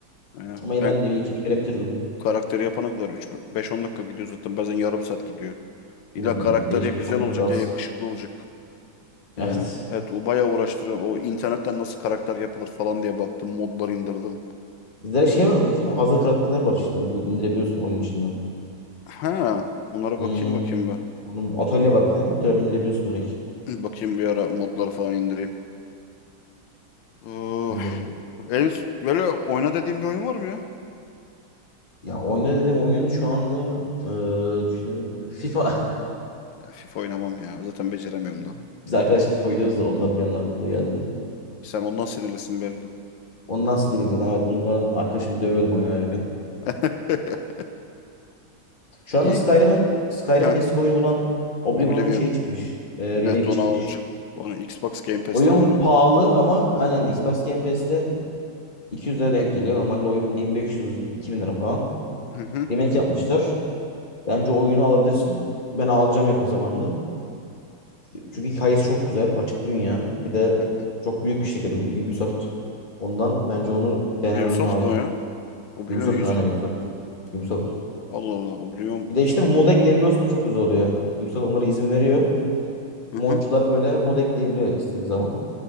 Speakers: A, on the left; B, on the left.
A: Aynen.
B: Ama
A: Ben
B: ben de bir iki kere bitirdim.
A: karakteri yapana kadar üç beş on dakika gidiyor zaten. Bazen yarım saat gidiyor. İlla
B: Bir bir
A: karakter
B: beş
A: ya güzel
B: beş on
A: olacak
B: dakika az.
A: ya yakışıklı olacak.
B: Evet.
A: Yani evet o bayağı uğraştırıyor. O internetten nasıl karakter yapılır falan diye baktım. Modlar indirdim.
B: Direkt şey var zaten. Hazır karakterler var işte. Direkt indirebiliyorsun oyunun içinden.
A: Ha, bunlara
B: Hmm.
A: bakayım bakayım bir. <clears throat>
B: Onun atölye var bir tane. Atölye indirebiliyorsun direkt.
A: Hı, Bakayım bir ara modları falan indireyim. Uh,
B: İndir.
A: en, böyle oyna dediğim bir oyun var mı ya?
B: Ya oyna dedim oyun şu anda eee, düşünelim FIFA
A: Ya FIFA oynamam ya. Zaten beceremiyorum da.
B: <laughs> biz arkadaşlar FIFA oynuyoruz da ondan bir anda aklıma geldi.
A: Sen ondan sinirlisin belli.
B: Ondan sildim zaten. Evet, dün zaten arkadaşımı dövüyordum oyun oynarken.
A: <laughs>
B: Şu
A: İyi.
B: anda Skyrim'in Skyrim'in
A: Heh,
B: eski oyunu olan Oblivion'un
A: Oblivion.
B: şey çıkmış. e, remake
A: Evet onu
B: çıkmış.
A: alacağım. Onu Xbox Game Pass'te
B: Oyun
A: var. o.
B: pahalı ama aynen Xbox Game Pass'te 200 lira denk geliyor. Normalde oyun 1500-2000 lira falan.
A: Hı hı.
B: Remake yapmışlar. Bence o oyunu alabilirsin. Ben alacağım yakın zamanda. Çünkü hikayesi çok güzel. Açık dünya. Bir de
A: Hı hı.
B: çok büyük bir şirket Ubisoft. Ondan bence onu denemen
A: Ubisoft
B: lazım.
A: mu ya? Oblivion
B: Ubisoft'un
A: Yusuf.
B: aynen Hmm. Ubisoft. Ubisoft
A: Allah Allah. Oblivion.
B: Bir de işte mod ekleyebiliyorsun da çok güzel oluyor. Ubisoft onlara izin veriyor.
A: Hı
B: Modcular
A: hı.
B: böyle mod ekleyebiliyor istediği zaman.